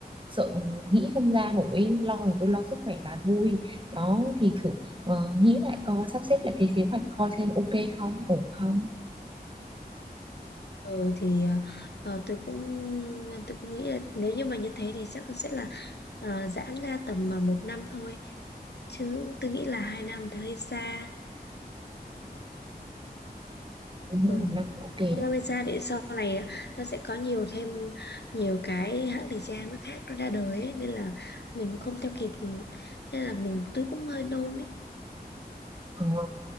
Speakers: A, on the right (about 30°); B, on the left (about 85°).
A: sợ nghĩ không ra nổi ý. lo thì tôi lo sức khỏe bà vui đó thì thử ờ, nghĩ lại coi sắp xếp lại cái kế hoạch coi xem ok không ổn không
B: Ừ thì ờ, tôi cũng tôi cũng nghĩ là nếu như mà như thế thì chắc sẽ là ờ, giãn ra tầm mà một năm thôi chứ tôi nghĩ là hai năm thì hơi xa
A: tôi nghĩ
B: ừ.
A: một năm là ok đấy
B: hai năm hơi xa vì sau này nó sẽ có nhiều thêm nhiều cái hãng thời trang nó khác nó ra đời ấy, nên là mình không theo kịp nên là mình tôi cũng hơi nôn ấy
A: Ờ,